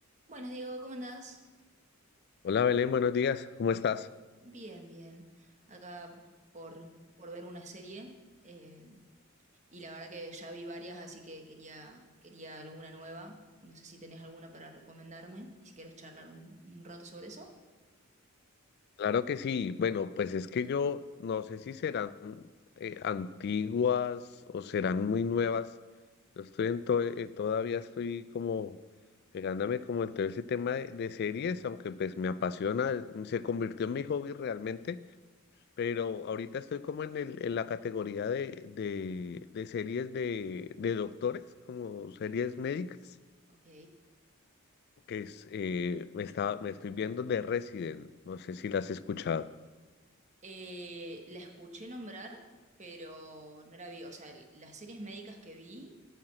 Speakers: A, on the right (about 35°); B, on the left (about 50°).
A: Buenas, Diego, ¿cómo andás?
B: Hola Belén, buenos días, ¿cómo estás?
A: Bien, bien. Acá por, por ver una serie. eh, y la verdad que ya vi varias, así que quería, quería alguna nueva. No sé si tenés alguna para recomendarme y si querés charlar un, un rato sobre eso.
B: Claro que sí, bueno, pues es que yo no sé si serán eh, antiguas o serán muy nuevas. Yo estoy en to- eh, todavía estoy como pegándome como en todo ese tema de, de series, aunque pues me apasiona, mm, se convirtió en mi hobby realmente, pero ahorita estoy como en el, en la categoría de, de, de series de, de doctores, como series médicas.
A: Ok.
B: que es, eh, me está, me estoy viendo The Resident, no sé si la has escuchado.
A: Eh, la escuché nombrar, pero no la vi. O sea, l- las series médicas que vi